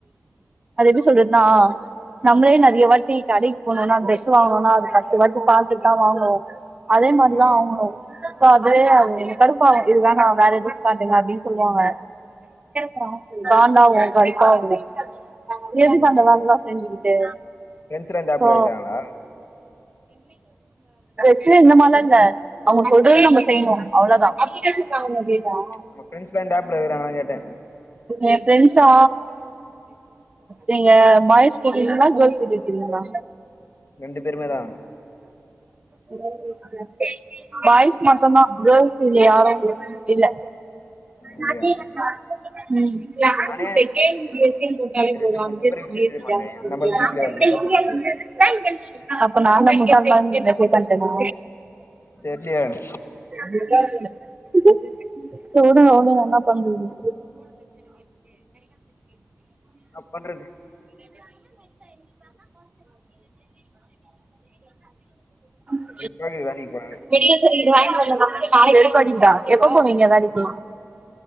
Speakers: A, on the right; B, on the left.
A: அத எப்டி சொல்லுறது னா நம்மளே நெறைய வாட்டி கடைக்கு போணும்னா டிரரெஸ் வாங்கணுனா அது பத்து வாட்டி பாத்துட்டு தா வாங்குவோ அதே மாரிதா
B: ஆமா
A: அவங்களு <unintelligible> கடுப்பாகும் இது வேணா வேற எதச்சு காட்டுங்க அப்படின் சொல்லுவாங்க <inaudible> காண்டாகும் கடுப்பாவும் எதுக்கு
B: ம்
A: அந்த வேலைலா செஞ்சுக்கிட்டு
B: ஃப்ரெண்ட்ஸ்லா இந்த ஆப்ல
A: சோ
B: இருக்காங்களா
A: ச்ச இந்த மாரிலா இல்ல அவங்க சொல்றது
B: ம்
A: நம்ம செய்யணும் அவ்ளதான் அப்ளிகேஷன் வாா <unintelligible>
B: உங்க ஃபிரண்ட்ஸ்லா இந்த ஆப்ல இருக்ராங்ளானு கேட்டேன்
A: என் ஃபிரண்ட்ஸா நீங்க பாய்ஸ் கேக்குறீங்களா கேர்ள்ஸ கேக் றீங்களா
B: ரெண்டு பேருமே தான்
A: <inaudible> பாய்ஸ் மட்டும்தான் கேர்ள்ஸ் இங்கே யாரும் இல்லை <inaudible>
B: இல்லையா
A: ம் கிளாஸ்
B: நானே
A: செகண்ட் இயர்னு போட்டாலே போது
B: ரெண்டு மூணு
A: <unintelligible>
B: நம்பருக்கு மெசேஜ் பண்ணே என் நம்பருமே ரிப்ளை வரல நீதா பண்ணியே
A: <inaudible> அப்ப நா தா முட்டாள் மாரி மெசேஜ் பண்டேனா
B: தெர்லயே என்னா
A: செரி உடுங்க உடுங்க என்னா பண்றது
B: பண்றது
A: <inaudible> <inaudible>
B: வெறுப்பாகுது வேலைக்கு போனாவே
A: வெறுப்படிக்குதா எப்ப போவீங்க வேலைக்கி